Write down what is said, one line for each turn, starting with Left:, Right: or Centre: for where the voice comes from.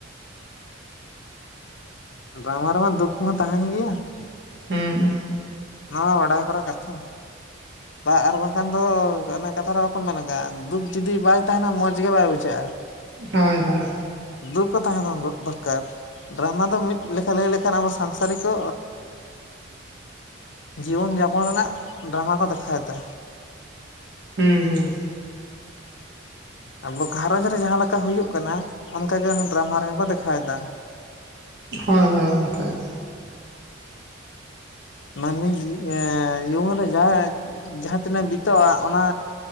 Left: ᱰᱨᱟᱢᱟ ᱨᱮᱢᱟ ᱫᱩᱠ ᱢᱟ ᱛᱟᱦᱮᱸᱱ ᱜᱮᱭᱟ ᱾
Right: ᱦᱩ
Left: ᱱᱚᱣᱟ ᱢᱟ ᱵᱟᱰᱟᱭ ᱠᱚᱨᱟ ᱠᱟᱛᱷᱟ ᱾ ᱵᱟ ᱟᱨ ᱵᱟᱝᱠᱷᱟᱱ ᱫᱚ ᱚᱱᱮ ᱠᱟᱛᱷᱟ ᱨᱮ ᱵᱟᱠᱚ ᱢᱮᱱᱟᱜᱼᱟ ᱫᱩᱠ ᱡᱩᱫᱤ ᱵᱟᱭ ᱛᱟᱦᱮᱸᱱᱟ ᱢᱚᱸᱡᱽ ᱜᱮ ᱵᱟᱭ ᱵᱩᱡᱷᱟᱹᱜᱼᱟ ᱾
Right: ᱦᱳᱭ ᱦᱳᱭ
Left: ᱫᱩᱠ ᱦᱚᱸ ᱛᱟᱦᱮᱸ ᱫᱚ ᱫᱚᱨᱠᱟᱨ ᱰᱨᱟᱢᱟ ᱫᱚ ᱢᱤᱫ ᱞᱮᱠᱟ ᱞᱟᱹᱭ ᱞᱮᱠᱷᱟᱱ ᱟᱵᱚ ᱥᱟᱝᱥᱟᱨᱤ ᱠᱚ ᱡᱤᱭᱚᱱ ᱡᱟᱯᱚᱱ ᱨᱮᱱᱟᱜ ᱰᱨᱟᱢᱟ ᱠᱚ ᱫᱮᱠᱷᱟᱣᱮᱫᱟ
Right: ᱦᱩᱸ ᱦᱩᱸ
Left: ᱟᱵᱚ ᱜᱷᱟᱨᱚᱧᱡᱽ ᱨᱮ ᱡᱟᱦᱟᱸᱠᱟ ᱦᱩᱭᱩᱜ ᱠᱟᱱᱟ ᱚᱱᱠᱟ ᱜᱮ ᱚᱱᱟ ᱰᱨᱟᱢᱟ ᱨᱮ ᱦᱚᱸ ᱠᱚ ᱫᱮᱠᱷᱟᱣᱮᱫᱟ
Right: ᱦᱳᱭ ᱦᱳᱭ ᱚᱱᱠᱟ ᱜᱮ
Left: ᱢᱟᱱᱢᱤ ᱡᱩᱣᱚᱱ ᱨᱮ ᱡᱟᱦᱟᱸ ᱡᱟᱦᱟᱸ ᱛᱤᱱᱟᱹᱜ ᱵᱤᱛᱟᱹᱜᱼᱟ ᱚᱱᱟ